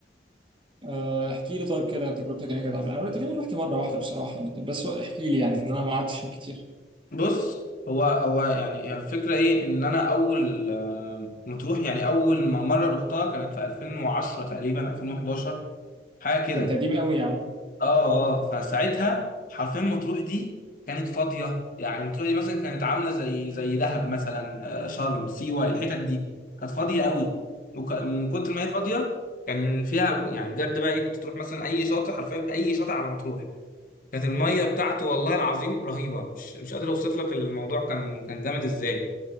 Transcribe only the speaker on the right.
آه احكي لي طيب كده تجربتك هناك كانت عاملة إيه؟ أنا تقريبا رحت مرة واحدة بصراحة لكن بس احكي لي يعني إن أنا ما قعدتش هناك كتير
ده أنت قديم قوي يا عم